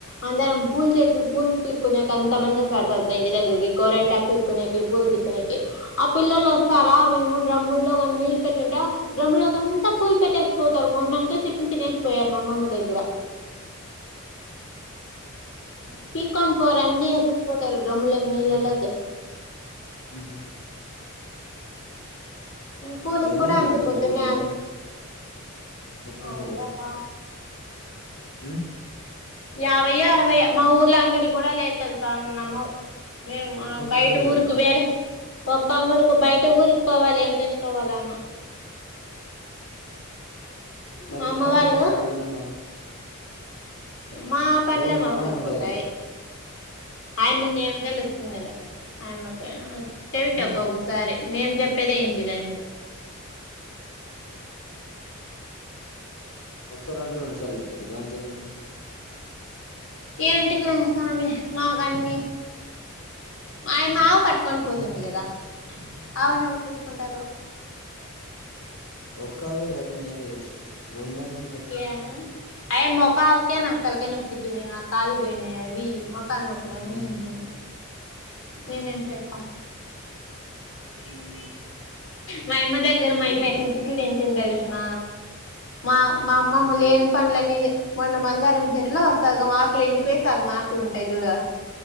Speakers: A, on the left; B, on the left.
A: అందరం పూల్ తెంపి పూల్ పీక్కోనే టైం కి ఎంత మంది ఒస్తార్ ఇంటి దెగర్కి గోరెంటకు దిక్కునకి పూల్ దిక్కునేకి ఆ పిల్లలు ఓస్తారా మేము డ్రమ్ముళ్లు కొన్ నీళ్ళు పెట్టుంటే గోమ్మాలక్క అంతా పూల్ పెట్టేసి పోతారు మొన్నంతా తిట్లు తినేసిపోయారు మా అమ్మమ్మ దెగ్గర
B: అ
A: పికోన్ పొర్ అన్ని ఎసేసిపోతారు డ్రాంలక్కి నీళ్ళలకి
B: ఉహు
A: పూలక్
B: ఎన్ని
A: కూడా
B: ఇల్లులు
A: అంతే
B: ఉంటాయి
A: పోద్దునే
B: మీ ఊర్లో
A: అంత్
B: మొత్తం
A: అవ్లేకా
B: మీద ఉ
A: యాభైయో మా ఊర్ ట్ల అంగడి కూడా లేద్ తెల్సా నువ్ నమ్మవ్ మేమ్
B: ఒక్కంగా
A: బైట
B: కూడా లేదా
A: ఊర్కు వేరే ఒక్క అంగడుకు బైట ఊరిక్ పోవాల్ ఏం తెచ్చుకోవాలన్నా
B: మరి
A: మా అమ్మ
B: షాప్
A: వాళ్ళు
B: పెట్టొచ్చు గా మీరన్నా
A: మా పాన్లే
B: ఎలాగో మీ
A: మాక్
B: నానమ్మ
A: సరిపోతాయి
B: ఉంటదిగా
A: ఆయమ్మకు ఏం తెలుతుంద్ లే ఆయమ్మ కే చెవిటా
B: ఆహా
A: ఒకొక్కసారి మేం చెప్పేదే విన్పియాద్ ఆమెకి
B: ఒక్సారి అంటే రెండు సార్లు చెప్తారు దాంత ఏముంది
A: ఏంటిక్లా స్వామి మాక్ అన్ని ఆయ మావ్ పట్కోన్ పోతుంది కదా ఆవేను ఎవర్ చూస్కుంటారు
B: ఒక్కవే కాబట్టి మీద తెయొచ్చు రెండున్న
A: యా అయి మొకా అవుకే నాక్ తల్కాయ్ నొప్పితింద్ నాక్ కాలు పోయినాయి అవి మోకాల్ నొప్ ఇవన్నీ
B: ఉ
A: ఉంటాయా మేమేం సేతం
B: ఉమ్
A: మైయమ్మ దగ్గర మామై
B: మోహన్
A: అట్లా తిట్లు
B: కి
A: తింటిన్ తెల్న మా మా అమ్మమ్మళ్ళేం
B: తెలీదు
A: పనులన్ని చే మొన్న మందారం చెట్లు సగం ఆకులు ఎండిపోయి సగం ఆకులు ఉంటాయి చూడు